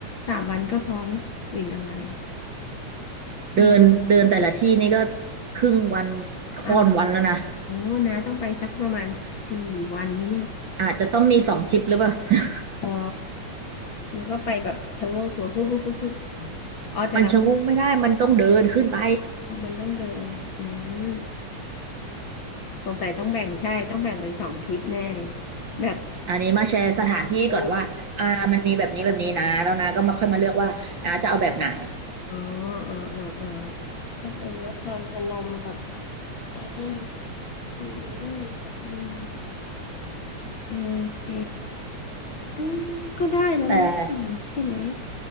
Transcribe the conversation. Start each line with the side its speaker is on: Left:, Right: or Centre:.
Left: สามวันก็พอไหม หรืออย่างไรอืม
Right: เดินเดินแต่ละที่นี่ก็ครึ่งวันค่อนวันแล้วนะ
Left: อ้าวโอ้น้าต้องไปสักประมาณสี่วันไหมเนี่ย
Right: อาจจะต้องมีสองทริปหรือเปล่า <laughs>
Left: อ๋อนึกว่าไปแบบชะโงกดูปุ๊บปุ๊บปุ๊บปุ๊บอ๋ออ๋อแต่เราต้อง
Right: มันชะงกไม่ได้มันต้องเดินขึ้นไป
Left: มันต้องเดิน อืมสงสัยต้องแบ่งใช่ ต้องแบ่งเป็นสองทริปแน่เลยแบบ
Right: อันนี้มาแชร์สถานที่ก่อนว่าอ่ามันมีแบบนี้แบบนี้นะแล้วนะก็มาค่อยมาเลือกว่านะจะเอาแบบไหน
Left: เอออ๋ออ๋อ อ๋อ อ๋อ ก็เป็นนครพนมกับไอ้นี่อืม อืม อืมโอเคอืมก็ได้แล้วนะ
Right: แต่
Left: ใช่ไหม